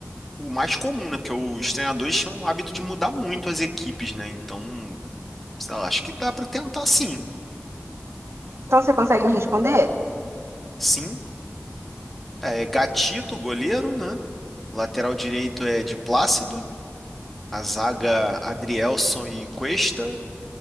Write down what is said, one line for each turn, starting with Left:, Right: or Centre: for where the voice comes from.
Centre: o, o mais comum, né? Porque os treinadores tinham o hábito de mudar muito as equipes, né? Então, sei lá, acho que dá pra tentar sim.
Right: Então, você consegue me responder?
Centre: Sim, é Gatito, goleiro, né? Lateral direito é de Plácido, a zaga Adrielson e Cuesta,